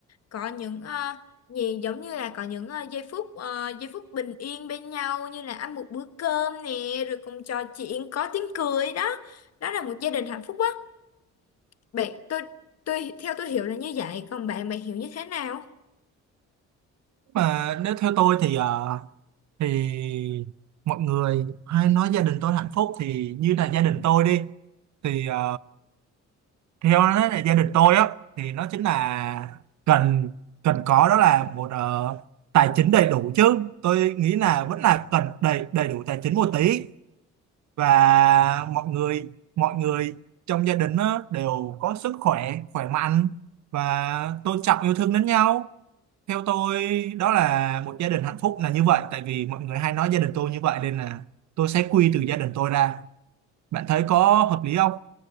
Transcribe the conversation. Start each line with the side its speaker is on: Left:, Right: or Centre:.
Left: có những ờ, gì giống như là có những ờ, giây phút ờ, giây phút bình yên bên nhau như là ăn một bữa cơm nè, rồi cùng trò chuyện có tiếng cười đó. Đó là một gia đình hạnh phúc á. bạn tôi tôi theo tôi hiểu là như vậy còn bạn bạn hiểu như thế nào
Right: Mà nếu theo tôi thì ờ, thì mọi người hay nói gia đình tôi hạnh phúc thì như là gia đình tôi đi thì ờ, theo đó là gia đình tôi á thì nó chính là cần cần có đó là một ờ, tài chính đầy đủ chứ tôi nghĩ là vẫn là cần đầy đầy đủ tài chính một tí và mọi người mọi người trong gia đình á, đều có sức khỏe khỏe mạnh và tôn trọng yêu thương lẫn nhau theo tôi đó là một gia đình hạnh phúc là như vậy tại vì mọi người hay nói gia đình tôi như vậy nên là tôi sẽ quy từ gia đình tôi ra bạn thấy có hợp lý không